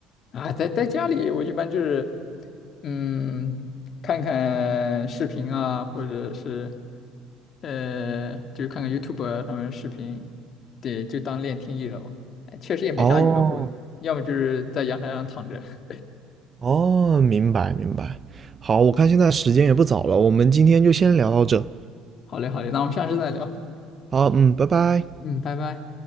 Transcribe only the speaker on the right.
哦
哦，明白明白。好，我看现在时间也不早了，我们今天就先聊到这。
好，嗯，拜拜。